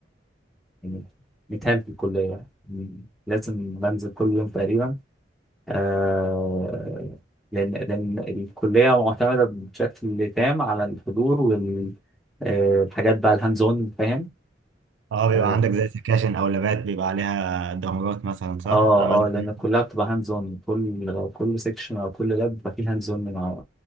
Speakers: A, in the centre; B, on the right (about 85°).
A: يعني متهان في الكلية يعني لازم بنزل كل يوم تقريبا آه لأن لأن الكلية معتمدة بشكل تام على الحضور وال آه، الحاجات بقى الهاند اون فاهم
B: اه بيبقى
A: اه
B: عندك زي سكاشن او لابات بيبقى عليها درجات مثلا صح
A: اه
B: عمل
A: آه، لأن
B: سنة
A: كلها بتبقى هاند اون كل كل سيكشن أو كل لاب بيبقى فيه هاند اون